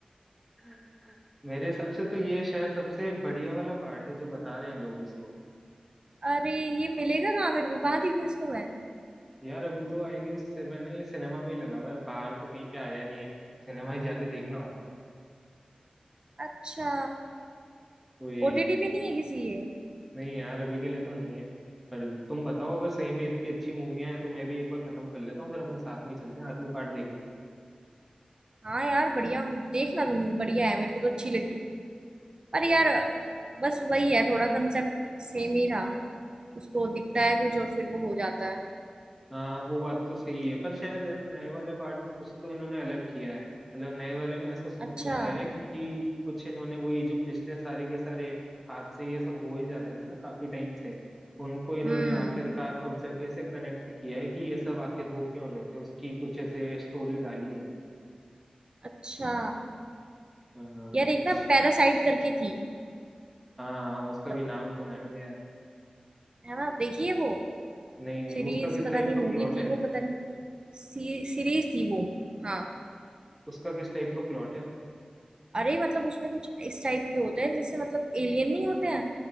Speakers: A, in the centre; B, on the right.
A: <laughs> मेरे हिसाब से तो ये शायद सबसे बढ़िया वाला पार्ट है जो बता रहे हैं लोग इसको
B: अरे ये मिलेगा कहाँ मेरे को कहाँ देखूँ इसको मैं
A: यार अभी तो आई गेस मैंने ये सिनेमा में ही लगा हुआ है बाहर तो कहीं पे आया नहीं है सिनेमा ही जाके देखना होगा
B: अच्छा
A: कोई
B: ओटीटी पे नहीं है किसी ये
A: नहीं यार अभी के लिए तो नहीं है पर तुम बताओ अगर सही में इतनी अच्छी मूवियां हैं तो मैं भी एक बार खत्म कर लेता हूँ फिर अपन साथ में ही चलते हैं आखिरी पार्ट देखने
B: हाँ यार बढ़िया देखना तुम बढ़िया है मेरे को तो अच्छी लगी पर
A: चलो
B: यार बस वही है थोड़ा कंसेप्ट सेम ही था उसको दिखता है कुछ और फिर वो हो जाता है
A: हाँ वो बात तो सही है पर शायद है ना नए वाले पार्ट में कुछ तो इन्होंने अलग किया है मतलब नए वाले में ऐसा सुनने
B: अच्छा
A: में आया है कि कुछ इन्होंने वही जो पिछले सारे के सारे हादसे ये सब हो ही जा रहे थे ना काफी टाइम से उनको इन्होंने
B: हम्म
A: आखिरकार अब जाके ऐसे कनेक्ट किया है कि ये सब आखिर हो क्यों रहे थे उसकी कुछ ऐसे स्टोरी डाली है इन्होंने।
B: अच्छा
A: हाँ हाँ,
B: यार एक
A: तो इस
B: ना पैरासाइट करके थी
A: हाँ हाँ, उसका
B: मतलब,
A: भी नाम सुना है मैंने यार
B: है ना देखिए वो
A: नहीं नहीं
B: सीरीज
A: उसका किस
B: पता
A: टाइप
B: नहीं
A: का
B: मूवी
A: प्लॉट
B: थी
A: है
B: वो पता नहीं सी, सीरीज थी वो हाँ
A: उसका किस टाइप का प्लॉट है
B: अरे मतलब उसमें कुछ इस टाइप के होते हैं जैसे मतलब एलियन नहीं होते हैं